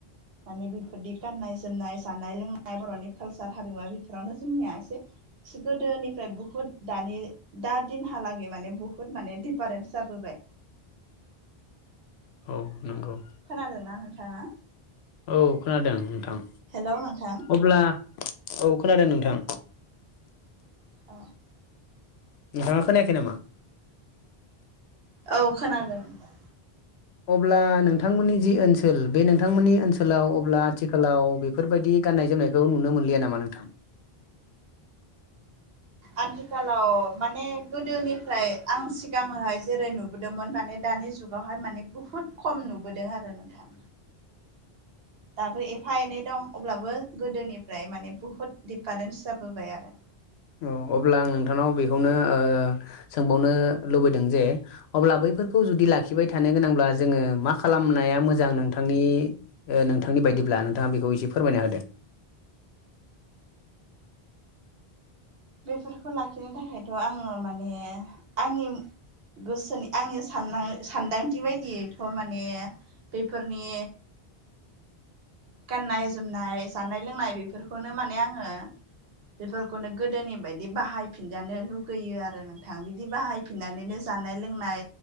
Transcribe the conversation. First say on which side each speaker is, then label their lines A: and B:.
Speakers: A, on the right; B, on the left.
A: माने बेफोरदि गाननाय जोमनाय जानाय लोंनाय बर'नि कालसार हारिमुआ बेफोरावनो जोंनिया एसे सि गोदोनिफ्राय बुहुत दानि दा दिनहालागै माने बुहुत माने दिफारेन्स जाबोबाय
B: औ नंगौ
A: खोनादोंना नोंथाङा
B: औ खोनादों नोंथां
A: हेल' नोंथां
B: अब्ला औ खोनादों नोंथां
A: अ
B: नोंथाङा खोनायाखै नामा?
A: औ खोनादों ओमफ्राय
B: अब्ला नोंथांमोननि जि ओनसोल बे नोंथांमोननि ओनसोलाव अब्ला आथिखालाव बे बेफोरबायदि गान्नाय जोमनायखौ नुनो मोनलिया नामा नोंथां
A: आथिखालाव माने गोदोनिफ्राय आं सिगांहाय जेरै नुबोदोंमोन माने दानि जुग बेआवहाय माने बुहुद खम नुबोदों आरो नोंथां। दाबो एफा एनै दं अब्लाबो गोदोनिफ्राय माने बुहुत दिडिफारेन्स जाबोबाय आरो
B: औ अब्ला आं नोंथांनाव बेखौनो सोंबावनो लुबैदों जे अब्ला बैफोरखौ जुदि लाखिबाय थानो गोनांब्ला जोङो मा खालामनाया मोजां नोंथांनि नोंथांनि बायदिब्ला नोंथाङा बेखौ एसे फोरमायना होदो
A: बेफोरखौ लाखिनो थाखायथ' आङो माने आंनि गोसोनि आंनि साननानै सान्दांथि बायदियैथ' माने बेफोरनि गाननाय जोमनाय जानाय लोंनाय बेफोरखौनो माने आङो बेफोरखौनो गोदोनि बायदि बाहायफिनजानो लुगैयो आरो नोंथां बिदि बाहायफिननानैनो जानाय लोंनाय